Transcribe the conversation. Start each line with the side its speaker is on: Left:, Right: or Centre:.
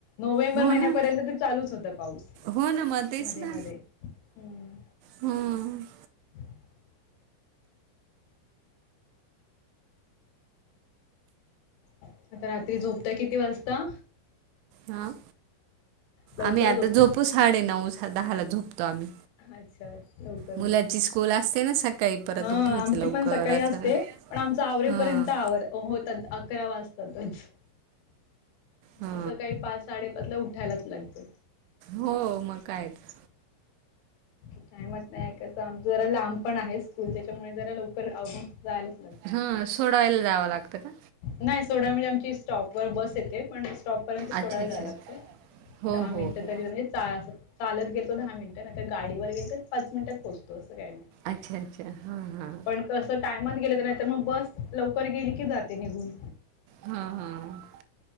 Left: नोव्हेंबर
Right: हो
Left: महिन्यापर्यंत
Right: ना.
Left: ते चालूच होता पाऊस.
Right: हो ना मग तेच
Left: मध्ये
Right: ना
Left: मध्ये हम्म
Right: हम.
Left: <inaudible> आता रात्री झोपत किती वाजता?
Right: हा
Left: लवकर
Right: आम्ही आता
Left: झोपते
Right: झोपू
Left: मी.
Right: साडे नऊ दहाला झोपू आम्
Left: अच्छा लवकर
Right: मुलाची
Left: झोप
Right: स्कूल असते ना सकाळी. परत
Left: हा
Right: उठायचं
Left: आमची
Right: लवकर
Left: पण सकाळी असते
Right: असं.
Left: पण आमचा आवरेपर्यंत
Right: हा
Left: आव होतात अकरा वाजतातच.
Right: हा
Left: असं काही पाच साडेपाच ला उठायलाच लागतं.
Right: हो मग कायच.
Left: का म्हट नाही कसं आम जरा लांब पण आहे स्कूल त्याच्यामुळे जरा लवकर अवून जायला.
Right: हा सोडा ऑइल द्यावं लागतं का.
Left: नाही सोडायला म्हणजे आमची स्टॉप वर बस येते पण स्टॉपपर्यंत सोडायला
Right: अच्छा अच्छा
Left: जायला लागतं.
Right: हो
Left: दहा
Right: हो
Left: मिनटं
Right: हो
Left: तरी म्हणजे अस चालत गेतो दहा मिनिटं नाही तर गाडीवर गेेत पाच मिनिटात पोहोतो असं काय नाही.
Right: अच्छा अच्छा हा हा.
Left: पण कसं टायमात गेलं तर नाहीतर मग बस लवकर गेली की जात. ते निघून
Right: हां हां